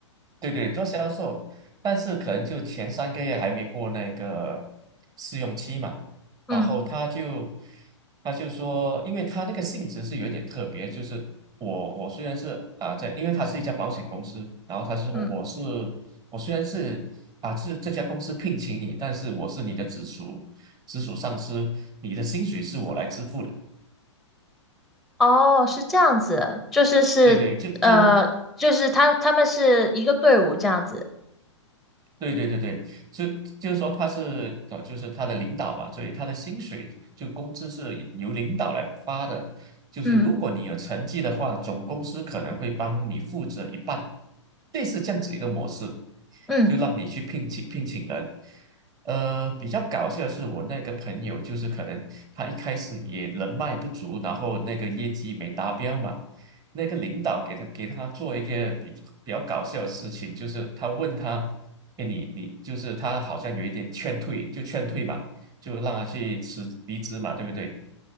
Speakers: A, on the right (about 25°); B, in the centre.
A: 对对做销售，但是可能就前三个月还没过那个试用期嘛，
B: 嗯
A: 然后他就他就说，因为他那个性质是有点特别，就是我我虽然是啊在，因为他是一家保险公司，然后他说我是
B: 嗯。
A: 我虽然是啊是这家公司聘请你，但是我是你的直属直属上司，你的薪水是我来支付的。
B: 哦，是这样子，就是是呃，
A: 对对，就就
B: 就是他他们是一个队伍这样子，
A: 对对对对，是就是说他是呃，就是他的领导嘛，所以他的薪水就工资是由领导来发的。就是如果你有成绩的话，
B: 嗯
A: 总公司可能会帮你负责一半，类似这样子一个模式，
B: 嗯
A: 就让你去聘请聘请人。呃，比较搞笑的是我那个朋友，就是可能他一开始也人脉不足，然后那个业绩没达标嘛，那个领导给他给他做一个比比较搞笑的事情，就是他问他。哎，你你就是他好像有一点劝退，就劝退嘛，就让他去辞离职嘛，对不对？